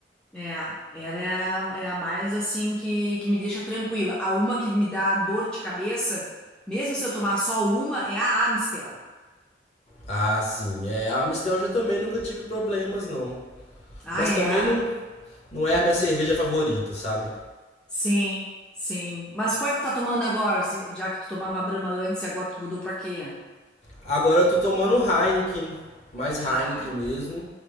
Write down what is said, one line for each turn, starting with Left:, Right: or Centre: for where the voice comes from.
Centre: É, ela é a, é a mais assim que, que me deixa tranquila. A uma que me dá dor de cabeça, mesmo se eu tomar só uma, é a Amstel.
Left: Ah, sim. É, a Amstel eu também nunca tive problemas, não.
Centre: Ah,
Left: Mas
Centre: é?
Left: também não, não é
Centre: Hum,
Left: a minha cerveja favorita, sabe?
Centre: Sim, sim. Mas qual é que tu tá tomando agora? se- Já que tu tomava Brahma antes e agora tu mudou pra quê?
Left: Agora eu tô tomando Heineken, mais Heineken
Centre: Ah, Heineken.
Left: mesmo.